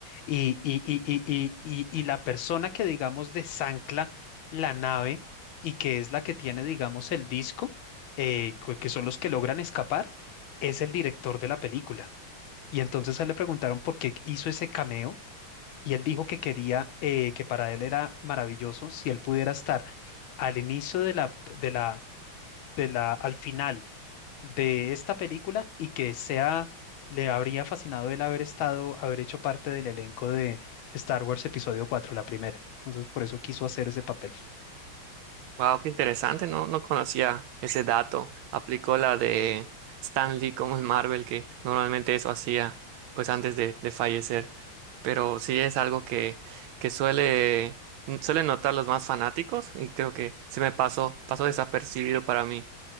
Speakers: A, on the left; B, on the right.
A: y, y, y, y, y, y, y la persona que, digamos, desancla la nave y que es la que tiene, digamos, el disco, eh, que que son los que logran escapar, es el director de la película. Y entonces a él le preguntaron por qué hizo ese cameo y él dijo que quería, eh, que para él era maravilloso si él pudiera estar al inicio de la, de la, de la, al final de esta película y que sea, le habría fascinado el haber estado, haber hecho parte del elenco de Star Wars Episodio cuatro la primera. Entonces por eso quiso hacer ese papel.
B: Wow, qué interesante, no, no conocía ese dato. Aplicó la de Stan Lee como en Marvel, que normalmente eso hacía pues antes de, de fallecer. Pero sí es algo que, que suele, suelen notar los más fanáticos y creo que se me pasó, pasó desapercibido para mí.